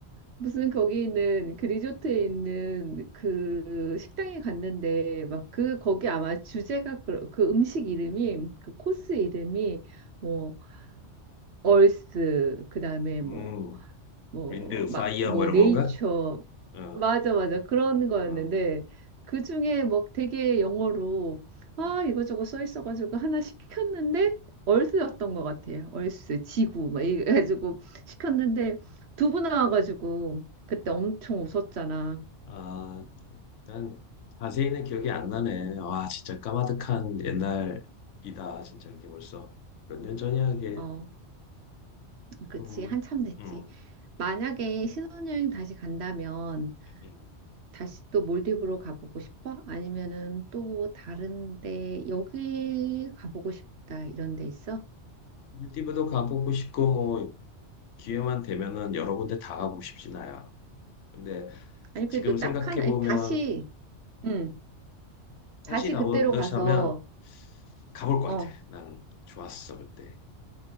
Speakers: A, on the right (about 65°); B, on the left (about 90°).
A: 무슨 거기 있는 그 리조트에 있는 그 식당에 갔는데 막 그 거기 아마 주제가 그, 그 음식 이름이 그 코스 이름이 뭐 얼스 그다음에
B: 음,
A: 뭐 뭐,
B: 윈드,
A: 막,
B: 파이어
A: 뭐,
B: 뭐 이런
A: 네이처.
B: 건가? 어,
A: 맞아, 맞아. 그런 거였는데,
B: 어,
A: 그 중에 뭐 되게 영어로, 아,
B: 어.
A: 이거저거 써 있어가지고 하나 시켰는데, 얼스였던 것 같아요. 얼스, 지구, 막 이래가지고 시켰는데, 두부 나와가지고, 그때 엄청 웃었잖아.
B: 아, 난 자세히는 기억이 안 나네. 와, 진짜 까마득한 옛날이다. 진짜 이게 벌써 몇 년 전이야 이게.
A: 어, 그치.
B: 음,
A: 한참 됐지.
B: 음,
A: 만약에 신혼여행 다시 간다면,
B: 음.
A: 다시 또 몰디브로 가보고 싶어? 아니면은 또 다른데 여기 가보고 싶다 이런 데 있어?
B: 꿀디브도 가보고 싶고 뭐 기회만 되면은 여러 군데 다 가보고 싶진 않아. 근데
A: 아니
B: 지금
A: 그래도
B: 생각해
A: 딱 하나
B: 보면,
A: 아니, 다시
B: 음,
A: 음
B: 다시
A: 다시
B: 가보자면
A: 그때로 가서
B: 가볼 것
A: 어
B: 같아. 난 좋았어 그때.